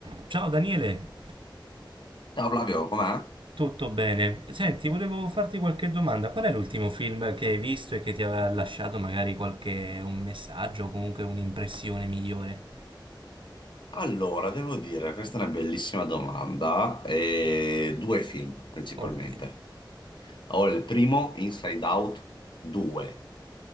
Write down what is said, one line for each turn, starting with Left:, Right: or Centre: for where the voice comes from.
Right: Ciao Daniele,
Left: Ciao Flavio, com'è?
Right: tutto bene? Senti, volevo farti qualche domanda. Qual è l'ultimo film che hai visto e che ti aveva lasciato magari qualche un messaggio o comunque un'impressione migliore?
Left: Allora, devo dire, questa è una bellissima domanda. E due film principalmente.
Right: Ok,
Left: Allora, il primo, Inside Out 2.